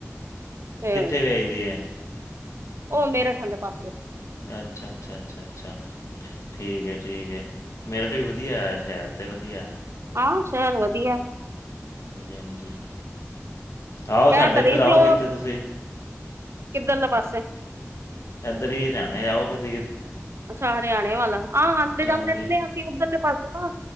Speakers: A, on the right; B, on the left.
A: ਤੇ
B: ਕਿੱਥੇ ਵਿਆਈ ਦੀ ਹੈ
A: ਉਹ ਮੇਰਾ ਠੇ ਪਾਸੇ
B: ਅੱਛਾ ਅੱਛਾ ਅੱਛਾ ਅੱਛਾ ਠੀਕ ਹੈ ਠੀਕ ਹੈ ਮੇਰੇਟ ਵੀ ਵਧੀਆ ਸ਼ਹਿਰ 'ਤੇ ਵਧੀਆ
A: ਹਾਂ ਸ਼ਹਿਰ ਵਧੀਆ
B: ਹਾਂਜੀ ਹਾਂਜੀ ਆਓ
A: ਕਹਿ
B: ਸਾਡੇ
A: ਤਾਂ
B: ਇੱਧਰ
A: ਰਹੀ ਸੀ
B: ਆਓ
A: ਉਹ
B: ਕਿੱਥੇ ਤੁਸੀਂ
A: ਕਿੱਧਰਲੇ ਪਾਸੇ
B: ਇੱਧਰ ਹੀ ਹਰਿਆਣੇ ਆਓ ਕਿਸੀ ਕਿ
A: ਅੱਛਾ ਹਰਿਆਣੇ ਵੱਲ ਆਹ ਆਉਂਦੇ ਜਾਂਦੇ
B: ਹਾਂਜੀ
A: ਰਹਦੇ ਹ ਅਸੀਂ ਉੱਧਰਲੇ ਪਾਸੇ ਤਾਂ